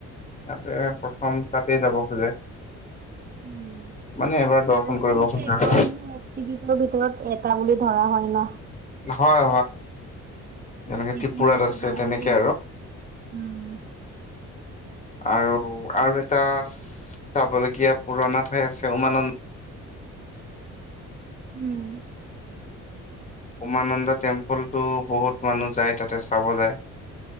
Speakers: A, on the left; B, on the right.
A: ইয়াতে প্ৰথম তাতে যাব খোজে-।
B: উম।
A: মানে এবাৰ দৰ্শন
B: কাৰণ
A: কৰিব
B: যোনটো
A: খু।
B: একাউন্ন এক্টিভিটিৰ ভিতৰত এটা বুলি ধৰা হয় ন।
A: হয় হয়। যেনেকে
B: সটো
A: ত্ৰিপুৰাত
B: মানো
A: আছে
B: ডাঙৰেই
A: তেনেকে
B: আৰু উম--।
A: আৰু আৰু এটা চাবলগীয়া পুৰণা ঠাই আছে উমানন্দ, -।
B: উম
A: উমানন্দা, টেম্পলতটো বহুত মানুহ যায় তাতে চাব যায়।